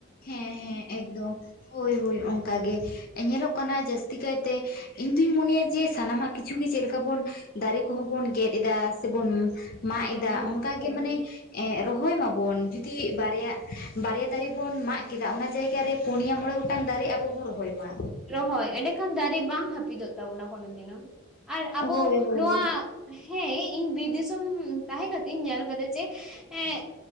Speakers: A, on the left; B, in the centre.
A: ᱦᱮᱸ ᱦᱮᱸ ᱮᱠᱫᱚᱢ ᱦᱳᱭ ᱦᱳᱭ ᱚᱱᱠᱟ ᱜᱮ ᱧᱮᱞᱚᱜ ᱠᱟᱱᱟ ᱡᱟᱹᱥᱛᱤ ᱠᱟᱭ ᱛᱮ ᱤᱧ ᱫᱩᱧ ᱢᱚᱱᱮᱭᱟ ᱡᱮ ᱥᱟᱱᱟᱢᱟᱜ ᱠᱤᱪᱷᱩ ᱜᱮ ᱪᱮᱫᱮ ᱞᱮᱠᱟ ᱵᱩᱱ ᱫᱟᱨᱮ ᱠᱚᱦᱚᱸ ᱵᱚᱱ ᱜᱮᱫ ᱮᱫᱟ ᱥᱮᱵᱩᱱ ᱢᱟᱜ
B: ᱦᱮᱸ
A: ᱮᱫᱟ ᱚᱱᱠᱟ ᱜᱮ ᱢᱟᱱᱮ ᱨᱚᱦᱚᱭ ᱢᱟᱵᱚᱱ ᱡᱩᱫᱤ ᱵᱟᱨᱭᱟ ᱵᱟᱨᱭᱟ ᱫᱟᱨᱮ ᱵᱚᱱ ᱢᱟᱜ ᱠᱮᱫᱟ ᱚᱱᱟ ᱡᱟᱭᱜᱟ ᱨᱮ ᱯᱩᱱᱭᱟ ᱢᱚᱬᱮ ᱜᱚᱴᱟᱝ ᱫᱟᱨᱮ ᱟᱵᱚ ᱵᱚᱱ ᱨᱚᱦᱚᱭ ᱢᱟ
B: ᱨᱚᱦᱚᱭ ᱮᱸᱰᱮ ᱠᱷᱟᱱ ᱫᱟᱨᱮ ᱵᱟᱝ ᱦᱟᱹᱯᱤᱫᱚᱜ ᱛᱟᱵᱚᱱᱟ ᱠᱳᱱᱳ ᱫᱤᱱᱳ ᱟᱨ ᱟᱵᱚ
A: ᱦᱳᱭ ᱦᱳᱭ
B: ᱱᱚᱣᱟᱼᱼ ᱦᱮᱸ ᱤᱧ ᱵᱤᱨ ᱫᱤᱥᱚᱢ ᱛᱟᱦᱮᱸ ᱠᱟᱛᱮ ᱤᱧ ᱧᱮᱞ ᱟᱠᱟᱫᱟ ᱡᱮ ᱮᱸᱼᱼ